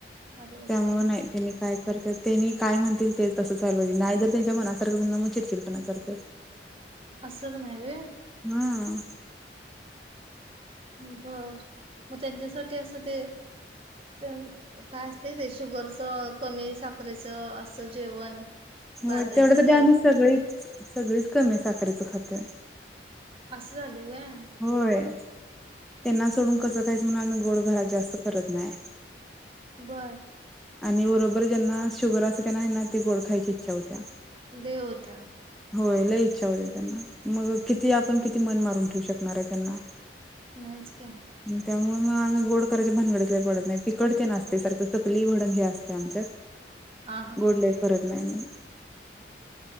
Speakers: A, on the right; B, in the centre.
A: अरे बापरे
B: त्यामुळे ते काय करते त्यांनी काय म्हणतील ते तसंच व्हायला पाहिजे. नाय जर त्यांच्या मनात ना मग चिडचिडपणा करताय.
A: असं पण हाये व्हय?
B: ह.
A: बर मग त्यांच्यासाठी असं ते तर काय असते ते शुगरच कमी साखरेच असं जेवण
B: हो
A: बाजरीची
B: तेवढ्यासाठी
A: काय
B: आम्ही सगळीच सगळीच कमी साखरेचं खातोय.
A: असं झालंयं होय.
B: होय त्यांना सोडून कसं खायचं म्हणून आम्ही गोड घरात जास्त करत नायं
A: बरं
B: आणि बरोबर ज्यांना शुगर असते त्यांना ना ते गोड खायची इच्छा होत्या.
A: दे होत्या.
B: होय लय इच्छा होते त्यांना मग किती आपण किती मन मारून ठेवू शकणार आहे त्यांना
A: नाहीच की
B: त्यामुळ म आम्ही गोड करायच्या भानगडीत लई पडत नाही तिकट तेन असतय सारखं चकली, भडंग ते असतय आमच्यात
A: आ हा
B: गोड लई करत नाही मग